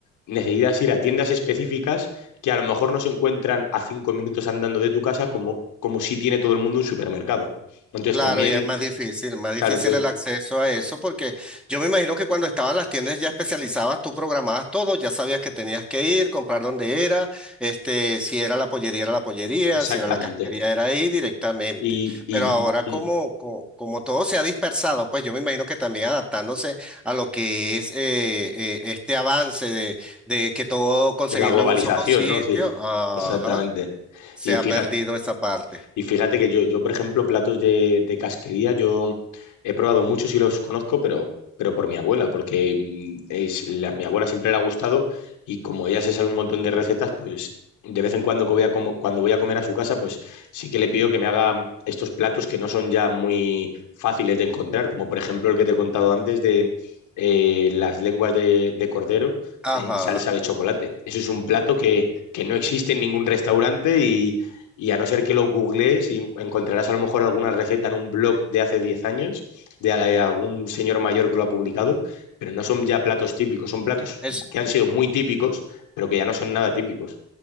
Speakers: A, on the left; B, in the centre.
A: necesitas ir a tiendas específicas que a lo mejor no se encuentran a cinco minutos andando de tu casa como, como si tiene todo el mundo un supermercado. Entonces
B: Claro,
A: también,
B: y es más difícil, más difícil
A: claro, entonces,
B: el acceso a eso, porque yo me imagino que cuando estaban las tiendas ya especializadas, tú programabas todo, ya sabías que tenías que ir, comprar dónde era, este, si era la pollería, era la pollería,
A: exactamente.
B: si era la casquería, era ahí directamente.
A: Y, y
B: Pero ahora Sí.
A: mm,
B: como, co- como, todo se ha dispersado, pues yo me imagino que también adaptándose a lo que es eh, eh, este avance de, de que todo conseguirlo
A: de la globalización,
B: en un solo sitio,
A: ¿no? Sí,
B: ajá,
A: exactamente.
B: se
A: Y
B: ha
A: fíjate,
B: perdido esa parte.
A: Y fíjate que yo, yo por ejemplo, platos de, de casquería, yo he probado muchos y los conozco, pero, pero por mi abuela, porque mm, es, la- mi abuela siempre le ha gustado y como ella se sabe un montón de recetas, pues de vez en cuando que voy a como- cuando voy a comer a su casa, pues sí que le pido que me haga estos platos que no son ya muy fáciles de encontrar, como por ejemplo el que te he contado antes de eh, las lenguas de, de cordero
B: Ajá.
A: en salsa de chocolate. Eso es un plato que, que no existe en ningún restaurante y, y a no ser que lo googlees y encontrarás a lo mejor alguna receta en un blog de hace 10 años, de algún señor mayor que lo ha publicado, pero no son ya platos típicos, son platos
B: es
A: que han sido muy típicos, pero que ya no son nada típicos.